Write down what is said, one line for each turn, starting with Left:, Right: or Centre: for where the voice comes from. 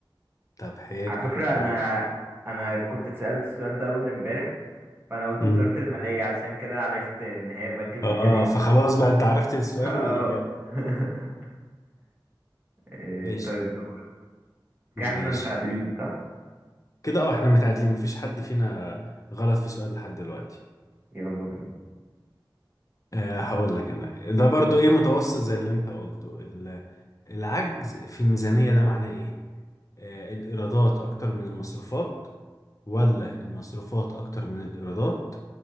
Left: طب حلو
Right: على فكرة
Left: ماشي.
Right: أنا أنا كنت اتسألت السؤال ده أول امبارح فأنا قلت
Left: مم.
Right: وزارة المالية عشان كده عرفت إن هي البنك المركزي
Left: اه
Right: في
Left: فخلاص
Right: سنة الفلات.
Left: بقى انت عرفت السؤال
Right: <laughs> اه
Left: والإجابة
Right: <laughs> إيه،
Left: ماشي
Right: طيب دول كده احنا
Left: ماشي
Right: متعادلين صح؟
Left: كده اه احنا متعادلين مفيش حد فينا غلط في سؤال لحد دلوقتي
Right: يلا بينا
Left: آه، هقول لك انا ده برضو ايه متوسط زي اللي انت قلته ال- العجز في الميزانية ده معناه ايه آه، الايرادات اكتر من المصروفات ولا المصروفات اكتر من الايرادات